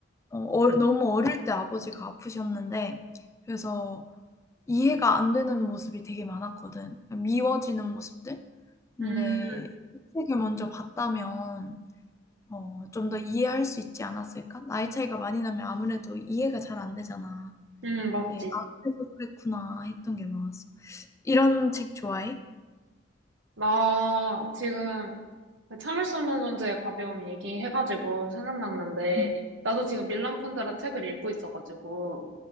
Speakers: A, on the left; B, on the right.
A: 어 얼 너무 어릴 때 아버지가 아프셨는데 그래서 이해가 안 되는 모습이 되게 많았거든. 미워지는 모습들? 근데
B: 음,
A: 이 책을 먼저 봤다면 어 좀 더 이해할 수 있지 않았을까? 나이 차이가 많이 나면 아무래도 이해가 잘 안 되잖아.
B: 음, 맞지.
A: 네. '아 그래서 그랬구나.' 했던 게 많았어. 이런 책 좋아해?
B: 나 지금 그 참을 수 없는 존재의 가벼움 얘기해가지고 생각났는데,
A: 음.
B: 나도 지금 밀란 쿤데라 책을 읽고 있어가지고,